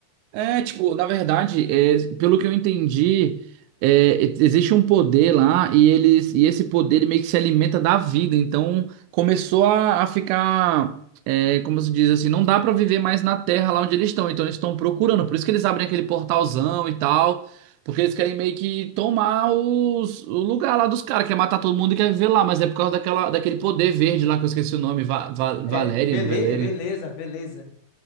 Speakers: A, on the right (about 85°); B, on the left (about 80°).
A: É, tipo, na verdade, é, pelo que eu entendi, é, e- existe um poder lá e eles e esse poder ele meio que se alimenta da vida. Então começou a, a ficar, é, como se diz assim, não dá pra viver mais na Terra lá onde eles estão. Então eles estão procurando. Por isso que eles abrem aquele portalzão e tal, porque eles querem meio que tomar os- o lugar lá dos caras, quer matar todo mundo e quer viver lá. Mas é por causa daquela, daquele poder verde lá que eu esqueci o nome, Va, Va, Valerian,
B: É, bele-
A: Valerian.
B: beleza, beleza.